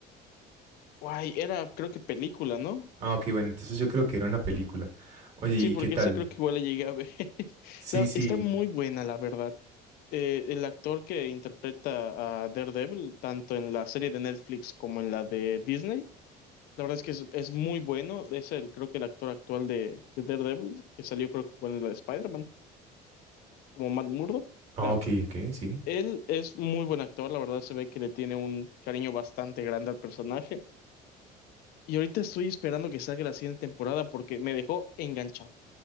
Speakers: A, on the left; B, on the right.
A: Guay, era, creo que película, ¿no?
B: Ah, ok, bueno, entonces yo creo que era una película. Oye, ¿y
A: Sí, porque
B: qué tal?
A: esa creo que igual la llegué a ver. <laughs>
B: Sí,
A: La-
B: sí.
A: está muy buena, la verdad. Eh, el actor que interpreta a Daredevil, tanto en la serie de Netflix como en la de Disney. La verdad es que es, es muy bueno. Es el, creo que el actor actual de, de Daredevil, que salió creo que con la de Spider-Man, como Matt Murdock.
B: Ah,
A: Bueno,
B: ok, ok, sí.
A: él es muy buen actor, la verdad se ve que le tiene un cariño bastante grande al personaje. Y ahorita estoy esperando que salga la siguiente temporada porque me dejó enganchado,